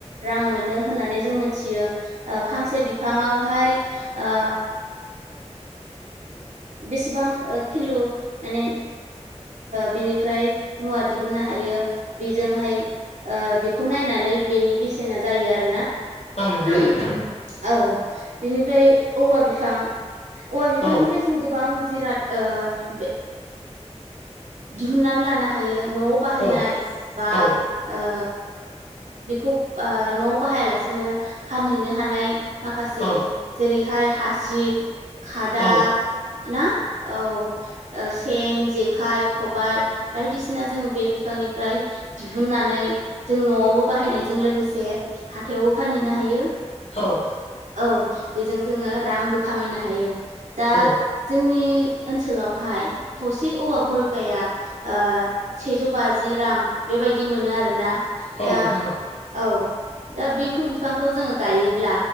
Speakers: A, on the right; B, on the left.
A: रां मोनो होननानै जों मिथियो। फांसे बिफाङावहाय ओ बेसेबां किलु माने बिनिफ्राय मुवा दिहुननो हायो बेजोंहाय ओ बेखौ नायनानै बेनि बेसेना जायो आरोना
B: नोंथां
A: औ। बेनिफ्राय औवा बिफां औवा बिफांनिफ्राय
B: औ औ
A: जों गोबां जिराद ओ बे दिहुननानै लानो हायो न'वाव बाहायनाय
B: औ
A: बा
B: औ
A: ओ बेखौ ओ न'वाव बाहायालासिनो फानहैनो हानाय माखासे
B: औ
A: जेरैहाय हासिब खादा
B: औ
A: ना औ सेन जेखाइ खबाय बायदिसिना जों बे बिफांनिफ्राय दिहुननानै जों न'आवबो बाहायनायजों लोगोसे हाथायावबो फानहैनो हायो
B: औ
A: औ बेजों जोङो रांबो खामायनो हायो दा
B: औ
A: जोंनि ओनसोलावहाय थसे औवा भलकाया ओ सेजौ बाजि रां बेबायदि मोनो आरोना
B: औ
A: दा
B: नोंथां
A: औ दा बेखौ बिफांखौ जोङो गायोब्ला